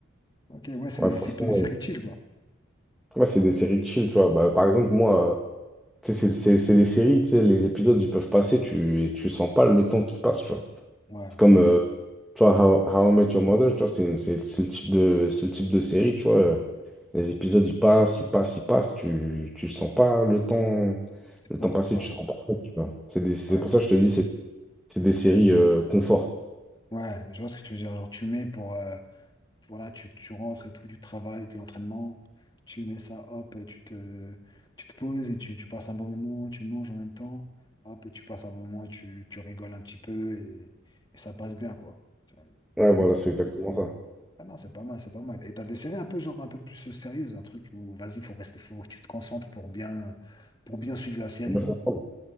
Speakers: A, on the left; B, in the centre.
A: Ok, ouais, c'est
B: Ouais, franchement,
A: c'est plus des séries
B: ouais.
A: chill, quoi.
B: Ouais, c'est des séries de chill, tu vois. Bah, par exemple, moi. Tu sais, C'est c'est- c'est des séries, tu sais, les épisodes, ils peuvent passer, tu, et tu sens pas le temps qui passe, tu vois.
A: Ouais,
B: C'est comme, euh, tu vois, How, How I Met Your Mother, tu vois, c'est c'est- c'est le type de, c'est le type de série, tu vois. euh, Les épisodes, ils passent, ils passent, ils passent, tu, tu sens pas le temps,
A: c'est
B: le
A: ça,
B: temps passer,
A: c'est ça.
B: tu sens pas compte, tu vois. C'est des- c'est
A: Ouais,
B: pour ça
A: c'est-
B: que je te dis, c'est c'est des séries euh, confort.
A: ouais, je vois ce que tu veux dire. Genre, tu mets pour, euh, voilà, tu, tu rentres et tout du travail, de l'entraînement, tu mets ça, hop, tu te, tu te poses et tu, tu passes un bon moment, tu manges en même temps, hop, et tu passes un bon moment, tu, tu rigoles un petit peu et, et ça passe bien, quoi. Tu vois,
B: Ouais,
A: Même,
B: voilà, c'est exactement ça.
A: Ah non, c'est pas mal, c'est pas mal. Et t'as des séries un peu genre un peu plus sérieuses, un truc où vas-y, faut rester, faut que tu te concentres pour bien, pour bien suivre la série.
B: Faut bien comprendre.